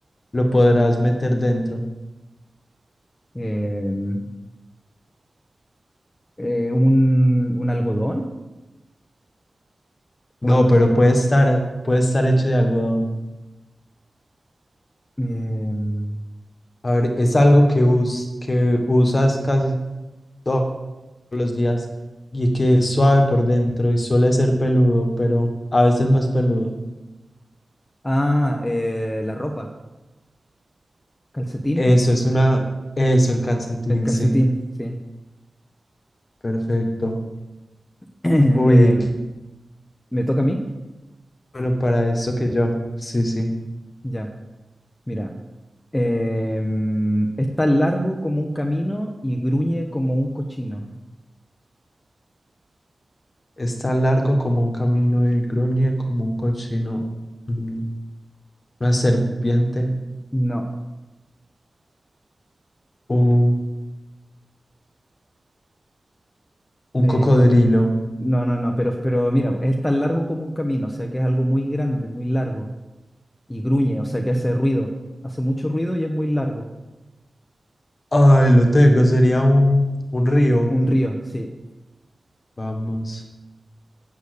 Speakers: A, on the left; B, on the left.
A: lo podrás meter dentro.
B: Em, eh, un, un algodón o
A: No,
B: algo así.
A: pero puede estar, puede estar hecho de algodón.
B: Em,
A: A ver, es algo que, us- que usas casi todos los días y que es suave por dentro y suele ser peludo, pero a veces no es peludo.
B: Ah, eh, la ropa, calcetines,
A: Eso es una, eso, el calcetín,
B: el calcetín,
A: sí,
B: sí.
A: perfecto.
B: <clears throat>
A: Uy,
B: Eh,
A: t-
B: ¿me toca a mí?
A: bueno, para esto que yo, sí, sí.
B: Ya, mira. Em, es tan largo como un camino y gruñe como un cochino.
A: Es tan largo como un camino y gruñe como un cochino, Mm, una serpiente,
B: No,
A: un, un
B: eh,
A: cocodrilo.
B: no, no, no, pero, pero mira, es tan largo como un camino, o sea que es algo muy grande, muy largo, y gruñe, o sea que hace ruido, hace mucho ruido y es muy largo.
A: Ay, lo tengo, sería un, un río.
B: Un río, sí,
A: Vamos.